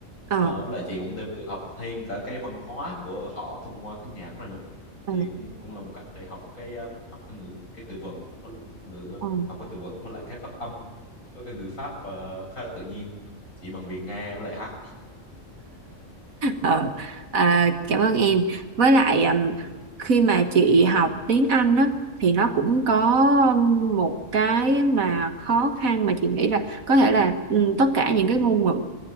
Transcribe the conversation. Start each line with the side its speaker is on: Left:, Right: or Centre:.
Right: Ờ.
Left: Ờ, với lại chị cũng thêm vừa học thêm cả cái văn hóa của họ thông qua cái nhạc đó nữa
Right: ờ,
Left: thì cũng cũng là một cách để học cái um, học cái ngữ cái từ vựng với ngữ
Right: ờ.
Left: học cái từ vựng với lại cái phát âm với cái ngữ pháp ờ, khá là tự nhiên chỉ bằng việc nghe với lại hát
Right: ờ, à, cảm ơn em với lại ừm,
Left: Ừ.
Right: khi mà chị học tiếng Anh á thì nó cũng có ừm, một cái mà khó khăn mà chị nghĩ là có thể là ừm, tất cả những cái ngôn ngữ